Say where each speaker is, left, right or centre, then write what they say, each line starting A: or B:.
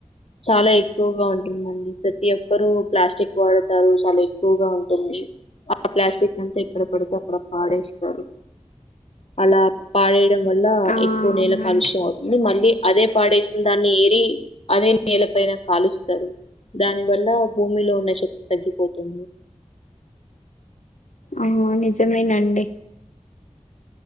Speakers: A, on the left; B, on the left.
A: చాలా ఎక్కువగా ఉంటుందండి ప్రతి ఒక్కరూ ప్లాస్టిక్ వాడటాలు చాలా ఎక్కువగా ఉంటుంది ఆ ప్లాస్టిక్ అంతా ఇక్కడ పడితే అక్కడ పాడేస్తారు అలా పాడేయడం వల్ల
B: ఆ
A: ఎక్కువ నేల
B: అవునండి.
A: కాలుష్యం అవుతుంది మళ్ళీ అదే పాడేసిన దాన్ని ఏరి అదే నేల పైన కాలుస్తారు దాని వల్ల భూమిలో శక్తి తగ్గిపోతుంది
B: అహ నిజమేనండి